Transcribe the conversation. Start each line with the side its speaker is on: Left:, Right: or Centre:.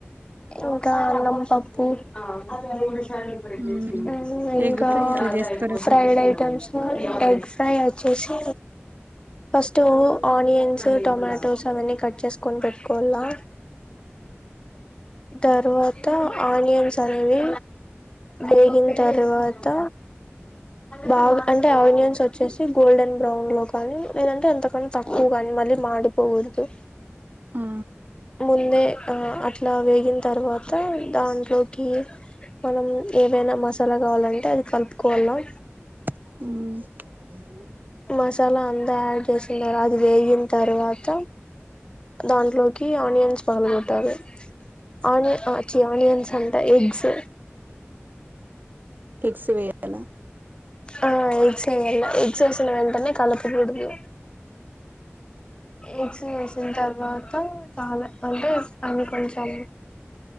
Left: ఇంకా అన్నం పప్పు ఆ <unintelligible>
Right: ఉమ్
Left: ఇంకా
Right: ఎగ్ ఫ్రై ఎట్లా చేస్తారు
Left: ఫ్రైడ్ ఐటమ్స్. ఎగ్స్ తయారుచేసి ఫస్ట్ ఆనియన్స్ టొమాటోస్ అవన్నీ కట్ చేసుకొని పెట్టుకోవాలా తర్వాత ఆనియన్స్ అనేవి వేగిన తర్వాత బాగా అంటే ఆనియన్స్ వ వచ్చేసి గోల్డెన్ బ్రౌన్ లో కానీ లేదంటే ఎంతకని తక్కువ ని మాడిపోకూడదు
Right: మ్
Left: ముందే ఆ అట్లా వేగిన తర్వాత తర్వాత దాంట్లోకి మనం ఏవైనా మసాలా కావాలంటే అది కలుపుకోవాల
Right: మ్
Left: మసాలా అంతా యాడ్ చేసిన తర్వాత అది వేగిన తర్వాత దాంట్లోకి ఆనియన్స్ బాగా సరే ఆనిచ్చి ఆనియన్స్ త ఎగ్స్
Right: ఎగ్స్ వేయాలా
Left: ఆ ఎగ్స్ ఎయాల ఎక్జైసిన వెంటనే కలుపకూడదు ఎక్స్ వేసిన తర్వాత చాల అంటే అ కొంచం